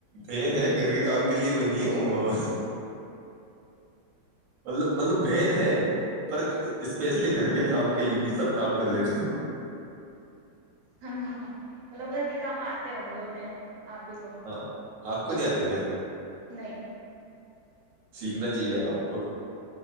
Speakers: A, on the right (about 55°); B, on the right (about 80°).
A: بہن ہے گھر کے کام کے لیے وہ نہیں ہ مطلب مطلب بہن ہے پر اسپیشلی گھر کے کام کے لیے نہیں سب کام کر لیتی ہوں
B: ہاں ہاں ہاں مطلب گھر کے کام آتے ہوں گے انہیں آپ کو
A: ہاں آپ کو نہیں آتے کیا
B: نہیں
A: سیکھنا چاہیے یار آپ کو